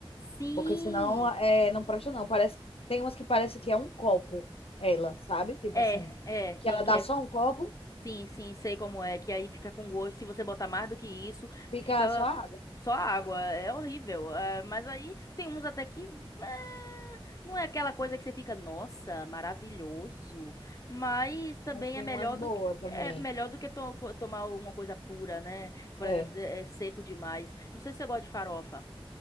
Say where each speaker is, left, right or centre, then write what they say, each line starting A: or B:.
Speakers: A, on the left; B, on the left.
A: Sim!
B: porque senão é, não presta não. Parece, tem umas que parece que é um copo, ela, sabe? Tipo
A: É,
B: assim,
A: é, que,
B: que ela
A: que
B: dá
A: é
B: só um copo,
A: Sim, sim, sei como é, que aí fica com gosto. Se você botar mais do que isso,
B: fica
A: fica
B: só água.
A: só água. É horrível. É, mas aí tem uns até que. é, não é aquela coisa que você fica, nossa, maravilhoso. Mas também
B: Mas tem
A: é melhor
B: umas boas
A: do que
B: também.
A: é melhor do que to- co- tomar alguma coisa pura, né? Por
B: É,
A: exemplo, é, é seco demais. Não sei se você gosta de farofa.